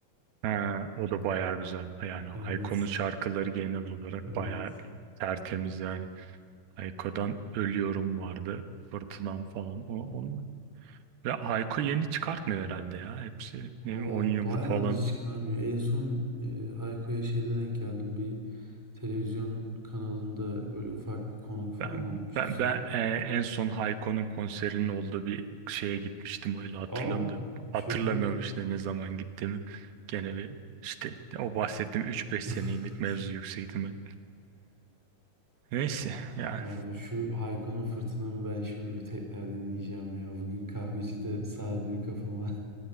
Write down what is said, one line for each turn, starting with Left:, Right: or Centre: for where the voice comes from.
Right: Ha, o da bayağı güzel. Yani Hayko'nun
Centre: Evet.
Right: şarkıları genel olarak
Centre: Evet.
Right: bayağı tertemiz yani. Hayko'dan Ölüyorum vardı. Fırtınam falan. O, onlar. Ve Hayko yeni çıkartmıyor herhalde ya. Hepsi ne,
Centre: Valla
Right: bileyim, 10 yıllık
Centre: bayağıdır
Right: falan.
Centre: çıkarmıyor. En son e, Hayko'ya şeyde denk geldim. Bir televizyon kanalında böyle ufak bir konuk falan
Right: Ben,
Centre: olmuştu
Right: ben,
Centre: sanki.
Right: ben e, en son Hayko'nun konserinin olduğu bir şeye gitmiştim öyle hatırlıyorum
Centre: Aa
Right: da
Centre: çok
Right: hatırlamıyorum
Centre: iyi.
Right: işte ne zaman gittiğimi. Gene bir işte o bahsettiğim üç beş
Centre: <laughs>
Right: senelik mevzu yüksek ihtimal. Neyse
Centre: Aa,
Right: yani
Centre: Abi şu Hayko'nun fırtınamı ben şimdi bir tekrar dinleyeceğim ya. Bugün kahveci de sardı bir kafama.